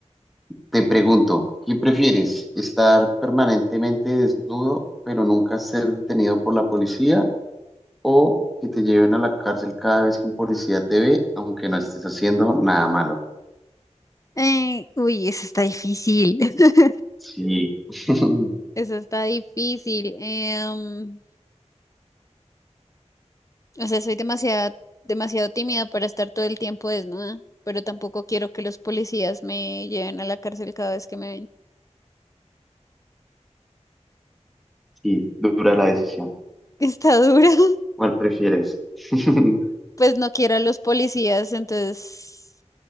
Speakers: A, in the centre; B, on the left.
A: te pregunto, ¿qué prefieres? ¿Estar permanentemente desnudo, pero nunca ser detenido por la policía? ¿O que te lleven a la cárcel cada vez que un policía te ve, aunque no estés haciendo nada malo?
B: Eh, uy, eso está difícil. <laughs>
A: Sí, <laughs>
B: Eso está difícil. em, o sea, soy demasiado, demasiado tímida para estar todo el tiempo desnuda, pero tampoco quiero que los policías me lleven a la cárcel cada vez que me ven.
A: sí, dura la decisión.
B: Está dura. <laughs>
A: ¿Cuál prefieres? <laughs>
B: Pues no quiero a los policías, entonces